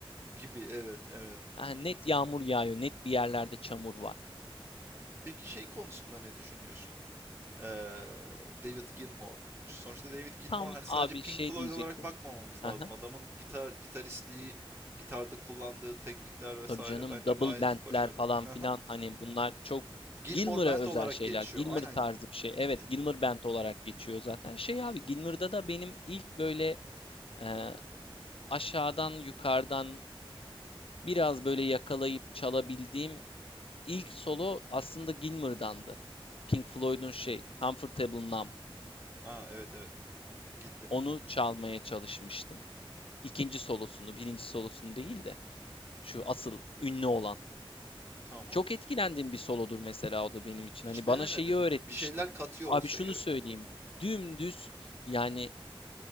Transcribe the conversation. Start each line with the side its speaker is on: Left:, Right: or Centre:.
Right: gibi evet evet.
Left: Ha, net yağmur yağıyor, net bir yerlerde çamur var.
Right: Peki şey konusunda ne düşünüyorsun? Ee, David Gilmour. Sonuçta David Gilmour
Left: Tam
Right: hani sadece
Left: abi
Right: Pink
Left: şey
Right: Floyd
Left: diyecektim.
Right: olarak bakmamamız
Left: Aha,
Right: lazım. Adamın gitar gitaristliği, gitarda kullandığı teknikler vesaire
Left: tabii canım
Right: bence
Left: double
Right: gayet
Left: bandler
Right: başarılı.
Left: falan
Right: Aha.
Left: filan hani bunlar çok
Right: Gilmour
Left: Gilmour'a
Right: Band
Left: özel
Right: olarak
Left: şeyler.
Right: geçiyor.
Left: Gilmour
Right: Aynen.
Left: tarzı bir şey. Evet
Right: Hı hı.
Left: Gilmour band olarak geçiyor zaten. Şey abi Gilmour'da da benim ilk böyle e, aşağıdan yukarıdan biraz böyle yakalayıp çalabildiğim ilk solo aslında Gilmour'dandı. Pink Floyd'un
Right: Hmm.
Left: şey Comfortable Numb.
Right: Ha, evet evet. Bildim.
Left: Onu çalmaya çalışmıştım. İkinci solosunu, birinci solosunu değil de şu asıl ünlü olan.
Right: Tamam.
Left: Çok etkilendiğim bir solodur mesela o da benim için.
Right: Hiç
Left: Hani
Right: denemedim.
Left: bana şeyi öğretmişti.
Right: Bir şeyler katıyor
Left: Abi
Right: olsa
Left: şunu
Right: gerek.
Left: söyleyeyim. Dümdüz yani